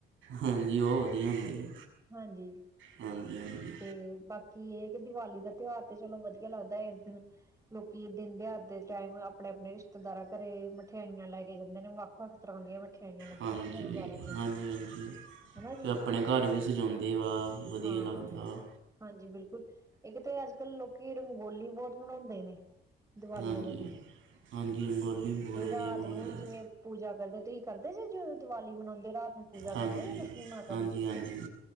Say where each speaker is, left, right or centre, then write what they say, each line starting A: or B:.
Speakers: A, on the right; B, on the right.
A: ਹਾਂਜੀ ਉਹ ਵਧੀਆ ਹੁੰਦੇ
B: ਹਾਂਜੀ
A: ਹਾਂਜੀ ਹਾਂਜੀ
B: ਤੇ ਬਾ ਕੀ ਇਹ ਕਿ ਦੀਵਾਲੀ ਦਾ ਤਿਉਹਾਰ ਤੇ ਚਲੋ ਵਧੀਆ ਲੱਗਦਾ ਇਸ ਦਿਨ ਲੋਕੀ ਦਿਨ ਦਿਹਾਾਰ ਦੇ ਟਾਈਮ ਆਪਣੇ-ਆਪਣੇ ਰਿਸ਼ਤੇਦਾਰਾਂ ਘਰੇ ਮਠਿਆਈਆਂ ਲੈ ਕੇ ਜਾਂਦੇ ਨੇ ਵਕ ਸਬ ਤਰਾਂ ਦੀਆਂ ਮਠਿਆਈਆਂ ਲੱਗੀਆਂ
A: ਹਾਂਜੀ
B: ਹੁੰਦੀਆਂ ਬਾਜ਼ਾਰਾਂ ਚ
A: ਹਾਂਜੀ ਹਾਂਜੀ ਅਤੇ
B: ਹਨਾ ਜੀ
A: ਆਪਣੇ ਘਰ ਵੀ ਸਜਾਉਂਦੇ ਵਾ ਵਧੀਆ
B: ਹਾਂ
A: ਲੱਗਦਾ ਵਾ
B: ਹਾਂਜੀ ਬਿਲਕੁਲ ਇੱਕ ਤਾਂ ਅੱਜ ਕਲ ਲੋਕੀ ਰੰਗੋਲੀ ਬਹੁਤ ਮਨਾਉਂਦੇ ਨੇ ਦੀਵਾਲੀ
A: ਹਾਂਜੀ
B: ਵਾਲੇ ਦਿਨ
A: ਹਾਂਜੀ ਰੰਗੋਲੀ ਬਹੁਤ
B: ਤੇ
A: ਵਧੀਆ
B: ਰਾਤ
A: ਬਣਾਉਂਦੇ
B: ਨੂੰ ਜਿਵੇਂ
A: ਆ।
B: ਪੂਜਾ ਕਰਦੇ ਤੁਸੀਂ ਕਰਦੇ ਜੇ ਜ ਦੀਵਾਲੀ ਮਨਾਉਂਦੇ ਰਾਤ ਨੂੰ ਪੂਜਾ
A: ਹਾਂਜੀ
B: ਕਰਦੇ ਆ ਲਕਸ਼ਮੀ ਮਾਤਾ ਦੀ
A: ਹਾਂਜੀ ਹਾਂਜੀ